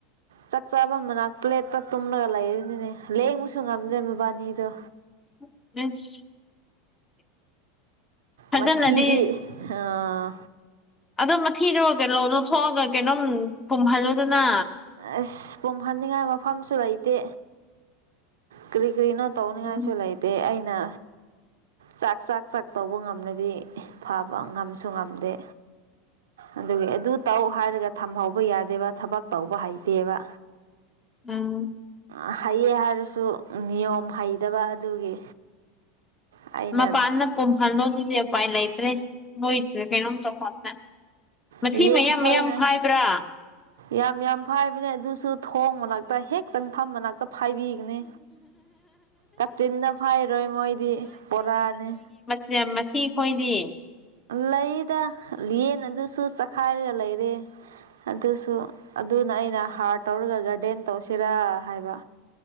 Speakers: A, on the right (about 80°); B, on the left (about 20°).
A: ꯆꯥꯛ ꯆꯥꯐꯝ ꯃꯅꯥꯛ ꯄ꯭ꯂꯦꯠꯇ ꯇꯨꯝꯂꯒ ꯂꯩꯔꯤꯅꯤꯅꯦ ꯂꯦꯡꯕꯁꯨ ꯉꯝꯗ꯭ꯔꯦ ꯃꯕꯥꯏꯅꯤꯗꯣ
B: <unintelligible> ꯐꯖꯅꯗꯤ
A: ꯃꯊꯤꯗꯤ ꯑꯥ
B: ꯑꯗꯣ ꯃꯊꯤꯗꯣ ꯀꯩ ꯂꯧ ꯂꯧ ꯂꯧꯊꯣꯛꯑꯒ ꯀꯩꯅꯣꯝ ꯄꯨꯝꯍꯜꯂꯨꯗꯅ
A: ꯑꯁ ꯄꯨꯝꯍꯟꯅꯤꯡꯉꯥꯏ ꯃꯐꯝꯁꯨ ꯂꯩꯇꯦ ꯀꯔꯤ ꯀꯔꯤꯅꯣ ꯇꯧꯅꯤꯡꯉꯥꯏꯁꯨ
B: ꯎꯝ
A: ꯂꯩꯥꯏꯇꯦ ꯑꯩꯅ ꯆꯥꯛ ꯆꯥꯛ ꯆꯥꯛ ꯇꯧꯕ ꯉꯝꯅꯗꯤ ꯐꯕ ꯉꯝꯁꯨ ꯉꯝꯗꯦ ꯑꯗꯨꯒꯤ ꯑꯗꯨ ꯇꯧ ꯍꯥꯏꯔꯒ ꯊꯝꯍꯧꯕ ꯌꯥꯗꯦꯕ ꯊꯕꯛ ꯇꯧꯕ ꯍꯩꯇꯦꯕ
B: ꯎꯝ
A: ꯑ ꯍꯩꯌꯦ ꯍꯥꯏꯔꯁꯨ ꯅꯤꯌꯣꯝ ꯍꯩꯇꯕ ꯑꯗꯨꯒꯤ ꯑꯩꯅ
B: ꯃꯄꯥꯟꯗ ꯄꯨꯝꯍꯜꯂꯣꯗꯨꯗꯤ ꯎꯄꯥꯏ ꯂꯩꯇ꯭ꯔꯦ ꯃꯣꯏꯗꯨꯗ ꯀꯩꯅꯣꯝ ꯇꯧ <unintelligible> ꯃꯊꯤ
A: ꯌꯦꯟ
B: ꯃꯌꯥꯝ
A: ꯈꯣꯏꯅ
B: ꯃꯌꯥꯝ ꯐꯥꯏꯕ꯭ꯔꯥ
A: ꯌꯥꯝ ꯌꯥꯝ ꯐꯥꯏꯕꯅꯦ ꯑꯗꯨꯁꯨ ꯊꯣꯡ ꯃꯅꯥꯛꯇ ꯍꯦꯛ ꯆꯪꯐꯝ ꯃꯅꯥꯛꯇ ꯐꯥꯏꯕꯤꯒꯅꯤ ꯀꯥꯆꯤꯟꯗ ꯐꯥꯏꯔꯣꯏ ꯃꯣꯏꯗꯤ ꯕꯣꯔꯥꯅꯤ
B: ꯆꯦ ꯃꯊꯤ ꯑꯩꯈꯣꯏꯗꯤ
A: ꯂꯩꯌꯦꯗ ꯂꯦꯟ ꯑꯗꯨꯁꯨ ꯆꯈꯥꯏꯔꯒ ꯂꯩꯔꯦ ꯑꯗꯨꯁꯨ ꯑꯗꯨꯅ ꯑꯩꯅ ꯍꯥꯔ ꯇꯧꯔꯒ ꯒꯥꯔꯗꯦꯟ ꯇꯧꯁꯤꯔꯥ ꯍꯥꯏꯕ